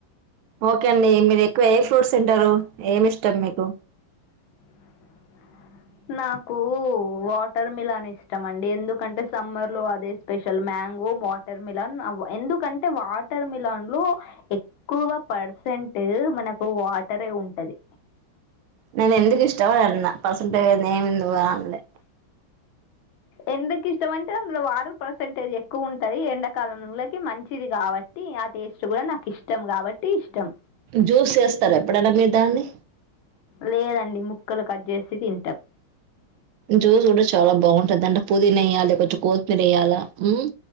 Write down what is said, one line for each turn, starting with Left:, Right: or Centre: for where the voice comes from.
Right: ఓకే అండి మీరు ఎక్కువ ఏ ఫ్రూట్స్ తింటారు ఏం ఇష్టం మీకు
Left: అ నాకు వాటర్ మిలాన్ ఇష్టం అండి ఎందుకంటే సమ్మర్ లో అదే స్పెషల్ మ మ్యాంగో వాటర్ మిలాన్ ఎందుకంటే వాటర్ మిలాన్ లో ఎక్కువ పర్సెంట్ అంటే మనకు వాటరే ఉంటది
Right: నేను ఎందుకు ఇష్టమని అన్న పర్సంటేజ్ నేను ఏమింది అనలే
Left: ఎందుకి ఇష్టం అంటే అందులో వాటర్ పర్సంటేజ్ ఎక్కువ ఉంటది ఎండాకాలంలోకి మంచిది కాబట్టి ఆ టేస్ట్ కూడా నాకు ఇష్టం కాబట్టి ఇష్టం
Right: జ్యూస్ చేస్తార ఎప్పుడనా మీరు దాన్ని
Left: లేదండి ముక్కలు కట్ చేసి తింటాం
Right: జ్యూస్ కూడా చాలా బాగుంటది దాంట్ల పుదీనా వేయలి కొంచెం కొత్తిమీర వయ్యాలా ఉమ్